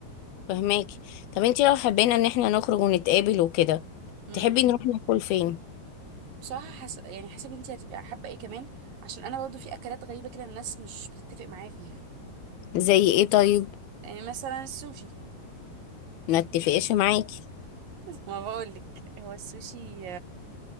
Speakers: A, on the left; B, on the right.
A: فهماكي طب انتي لو حبينا ان احنا نخرج ونتقابل وكده
B: امم
A: تحبي نروح ناكل فين
B: بصراحه حس... يعني حسب انت هتبقى حابه ايه كمان عشان انا برضو في اكلات غريبه كده الناس مش بتتفق معايا فيها
A: زي ايه طيب
B: يعني مثلا السوشي
A: ما اتفقش معاكي
B: ما بقولك هو السوشي